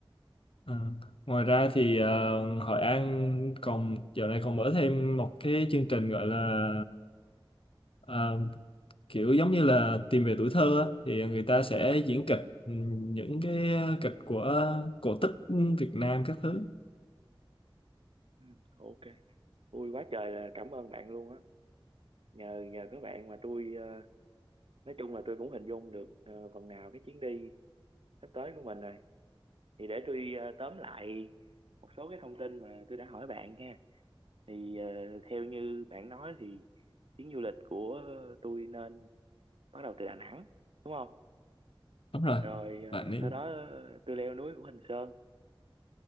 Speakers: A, on the left; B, on the right.
A: Ờ. ngoài ra thì ờ, Hội An còn giờ này còn mở thêm một cái chương trình gọi là ờ, kiểu giống như là tìm về tuổi thơ á, thì người ta sẽ diễn kịch ừm, những cái ờ, kịch của cổ tích Việt Nam các thứ
B: Ừ, ok. Vui quá trời là cảm ơn bạn luôn á. Nhờ nhờ các bạn mà tôi ờ, nói chung là tôi cũng hình dung được ờ, phần nào cái chuyến đi sắp tới của mình rồi. Thì để tôi ờ, tóm lại một số cái thông tin mà tôi đã hỏi bạn nha. Thì ờ, theo như bạn nói thì chuyến du lịch của tôi nên bắt đầu từ Đà Nẵng đúng không
A: đúng rồi
B: rồi ờ,
A: bạn nên
B: sau đó ờ, tôi leo núi của Hình Sơn